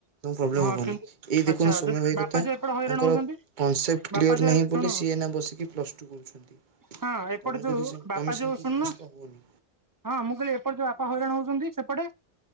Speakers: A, on the right; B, on the right.
A: ତ ପ୍ରୋବ୍ଲେମ
B: ହଁ
A: ହବନି
B: କିନ୍ତୁ
A: ଏଇ ଦେଖୁନୁ
B: ଆଚ୍ଛା
A: ସୋମ୍ୟ
B: ଯଦି
A: ଭାଇ
B: ବାପା
A: କଥା,
B: ଯୋଉ ଏପଟେ ହଇରାଣ
A: ତାଙ୍କର
B: ହଉଛନ୍ତି
A: କନସେପଟ୍
B: ବାପା
A: କ୍ଲିୟର
B: ଯୋଉ
A: ନାହିଁ
B: ଶୁଣୁ
A: ବୋଲି ସିଏ ଏଇନା ବସିକି ପ୍ଲସ ଟୁ କରୁଛନ୍ତି।
B: ହଁ ଏପଟେ
A: ତମେ
B: ଯୋଉ
A: ଯଦି ସେମ
B: ବାପା
A: ତମେ
B: ଯୋଉ
A: ସେମିତି
B: ଶୁଣୁନ
A: ହିନସ୍ତା ହୁଅନି।
B: ହଁ ମୁଁ କହିଲି ଏପଟେ ଯୋଉ ଆପଣ ହଇରାଣ ହଉଛନ୍ତି ସେପଟେ।